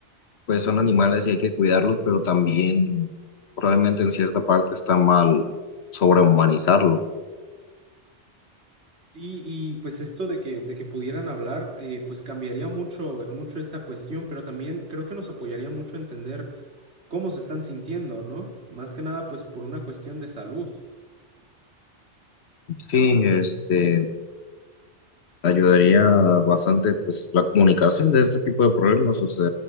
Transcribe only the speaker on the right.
Sí, y pues esto de que, de que pudieran hablar, eh, pues cambiaría mucho, mucho esta cuestión, pero también creo que nos apoyaría mucho entender cómo se están sintiendo, ¿no? Más que nada, pues por una cuestión de salud.